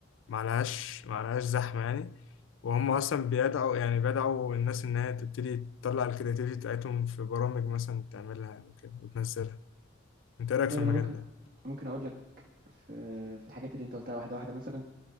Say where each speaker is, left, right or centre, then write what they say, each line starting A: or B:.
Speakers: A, on the left (about 70°); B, on the right (about 45°).
A: معلهاش معلهاش زحمة يعني وهم أصلا بيدعوا يعني بدعوا الناس إن هي تبتدي تطلع الكرياتيفيتي بتاعتهم في برامج مثلا تعملها وكده وتنزلها أنت إيه رأيك
B: طيب
A: في المجال
B: أنا ممكن
A: ده؟
B: ممكن أقول لك في في الحاجات اللي أنت قلتها واحدة واحدة مثلا